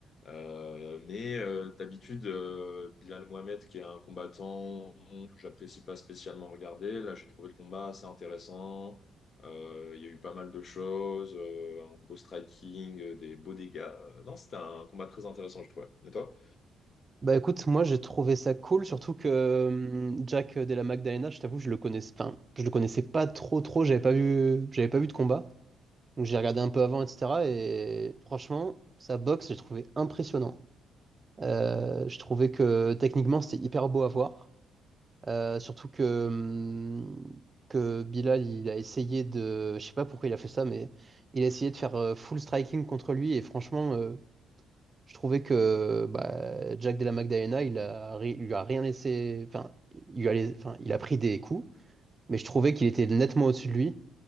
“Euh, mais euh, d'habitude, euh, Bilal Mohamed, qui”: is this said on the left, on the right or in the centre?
Left